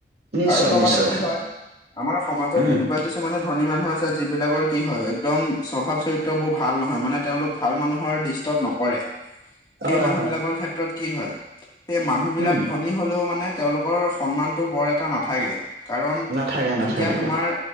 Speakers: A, on the right (about 65°); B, on the left (about 25°).
A: নিশ্চয়
B: আৰু লগতে
A: নিশ্চয়।
B: কি হয় আমাৰ সমাজত
A: উম
B: এনেকুৱা কিছুমান মানে ধনী মানুহ আছে যিবিলাকৰ কি হয় একদম স্বভাৱ চৰিত্ৰবোৰ ভাল নহয় মানে তেওঁলোক ভাল মানুহৰ দৃষ্টত নপৰে সেই
A: হয়
B: মানুহবিলাকৰ
A: হয়
B: ক্ষেত্ৰত কি হয়? সেই মানুহবিলাক
A: উম।
B: ধনী হলেও মানে তেওঁলোকৰ সন্মানটো বৰ এটা নাথাকে। কাৰণ
A: নাথাকে নাথাকে
B: যেতিয়া তোমাৰ